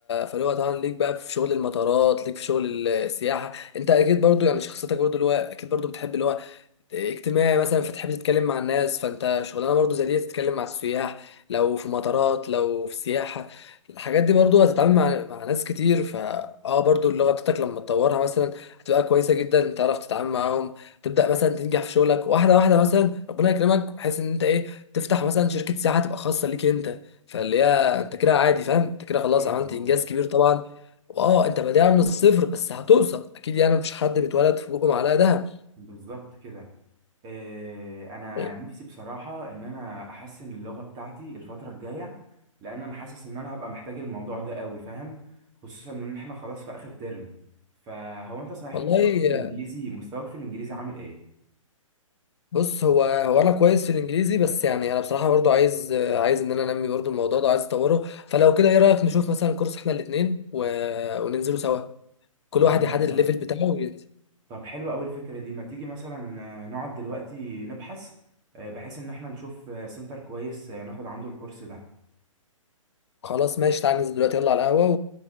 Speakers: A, on the left; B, on the right.
A: فاللي هو طبعا ليك بقى في شغل المطارات ليك في شغل السياحة انت اكيد برضو يعني شخصيتك برضو اللي هو اكيد برضو بتحب اللي هو اجتماعي مثلا فتحب تتكلم مع الناس فانت شغلانه برضو زي دي تتكلم مع السياح لو في مطارات لو في سياحه الحاجات دي برضو هتتعامل مع مع ناس كتير فا اه برضو اللغه بتاعتك لما تطورها مثلا هتبقى كويسه جدا تعرف تتعامل معاهم تبدا مثلا تنجح في شغلك واحده واحده مثلا ربنا يكرمك بحيث ان انت ايه تفتح مثلا شركه سياحه تبقى خاصه ليك انت فاللي هي
B: مم.
A: انت كده عادي فاهم انت كده خلاص
B: ايوه
A: عملت
B: اه
A: انجاز كبير طبعا واه انت بادئها من الصفر بس هتوصل اكيد يعني مفيش حد بيتولد في بقه معلقه دهب
B: بالظبط كده إيه انا
A: إيه،
B: نفسي بصراحه ان انا احسن اللغه بتاعتي الفتره الجايه لان انا حاسس ان انا هبقى محتاج الموضوع ده قوي فاهم خصوصا ان احنا خلاص في اخر ترم فهو انت صحيح
A: والله
B: مستواك في الانجليزي مستواك في الانجليزي عامل ايه
A: بص هو هو انا كويس في الانجليزي بس يعني انا بصراحه برضو عايز عايز ان انا انمي برضو الموضوع ده عايز اطوره فلو كده ايه رايك نشوف مثلا كورس احنا الاثنين و... وننزله سوا كل
B: طب
A: واحد
B: ما-
A: يحدد الليفل بتاعه وينزل.
B: طب حلوه قوي الفكره دي ما تيجي مثلا آه، نقعد دلوقتي نبحث آه، بحيث ان احنا نشوف آه، سنتر كويس آه، ناخد عنده الكورس ده
A: خلاص ماشي تعال ننزل دلوقتي يلا على القهوه